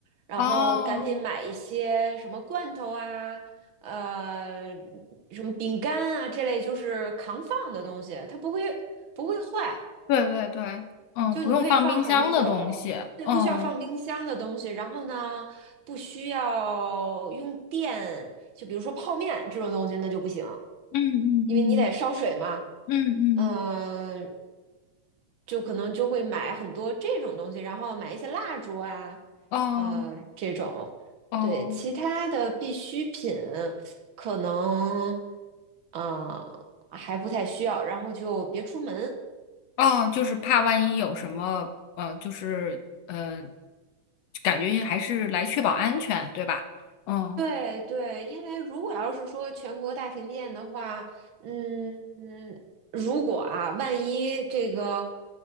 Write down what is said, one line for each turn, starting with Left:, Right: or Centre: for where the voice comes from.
Right: 然后赶紧买一些什么罐头啊，
Left: 哦，
Right: 呃，什么饼干啊这类就是扛放的东西，它不会不会坏，
Left: 对对对，嗯，
Right: 就你可以放很久，
Left: 不用放冰箱的东西，
Right: 对，
Left: 嗯
Right: 不需要放冰箱的东西。然后呢，不需要用电，就比如说泡面这种东西，那就不行，
Left: 嗯嗯
Right: 因为你得烧水嘛。
Left: 嗯嗯
Right: 嗯、就可能就会买很多这种东西，然后买一些蜡烛啊，
Left: 嗯，
Right: 呃，这种。
Left: 哦哦
Right: 对，其他的必需品可能，呃，还不太需要，然后就别出门。
Left: 哦，就是怕万一有什么，呃，就是呃，感觉还是来确保安全，对吧？嗯。
Right: 对对，因为如果要是说全国大停电的话，嗯，如果啊，万一这个